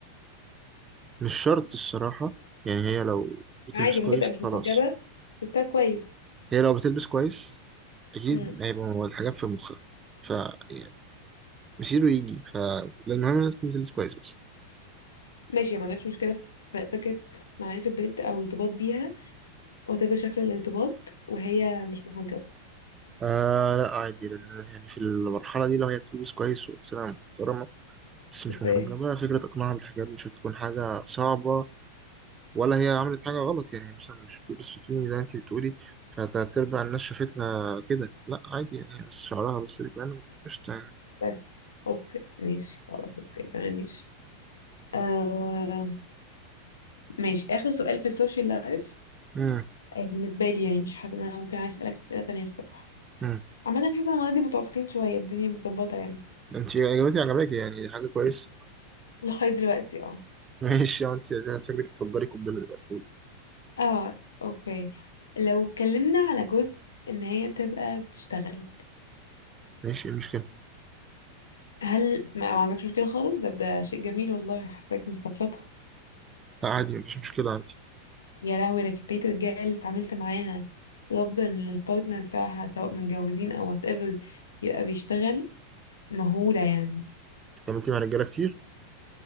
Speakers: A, on the right (about 20°); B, on the left (about 70°).
A: مش شرط الصراحة يعني هي لو بتلبس
B: عادي
A: كويس
B: ممكن تبقى مش
A: خلاص
B: محجبة بس كويس
A: هي لو بتلبس كويس أكيد
B: امم
A: هيبقى هو الحاجات في مخها ف يعني مسيره يجي ف المهم إنها تكون بتلبس كويس بس
B: ماشي ما عندكش مشكلة في فكرة معرفة بنت او ارتباط بيها وتبقى شكل الارتباط وهي مش محجبة
A: آه لا عادي لأن يعني في المرحلة دي لو هي بتلبس كويس وإنسانة محترمة بس مش
B: اوكي
A: محرجة بقى فكرة إقناعها بالحجاب مش هتكون حاجة صعبة ولا هي عملت حاجة غلط يعني مثلا مش بتلبس بيكيني زي ما أنت بتقولي فتلات أرباع الناس شافتها كده لأ عادي يعني هي بس شعرها بس بيبان قشطة يعني
B: بس اوكي ماشي خلاص اوكي تمام ماشي آه ماشي اخر سؤال في السوشيال لايف
A: مم.
B: آه، بالنسبة لي يعني مش حاسة إن أنا ممكن عايز أسألك أسئلة تانية الصراحة
A: مم.
B: عامة حاسة إن ولادي متوافقين شوية الدنيا متظبطة يعني
A: أنت إجابتي عجباكي يعني دي حاجة كويسة
B: <laughs> لغاية دلوقتي اه
A: <laughs> ماشي يا أنت أنا فاكرك تفجري قنبلة دلوقتي قولي
B: اه اوكي لو اتكلمنا على جزء إن هي تبقى بتشتغل
A: ماشي إيه المشكلة؟
B: هل ما ما عندكش مشكلة خالص ده ده شيء جميل والله حاساك مستبسطها
A: لأ عادي مفيش مشكلة أنت
B: يا لهوي أنا كمية الرجالة اللي اتعاملت معاها الأفضل إن البارتنر بتاعها سواء متجوزين أو وات ايفر يبقى بيشتغل مهولة يعني
A: اتعاملتي مع رجالة كتير؟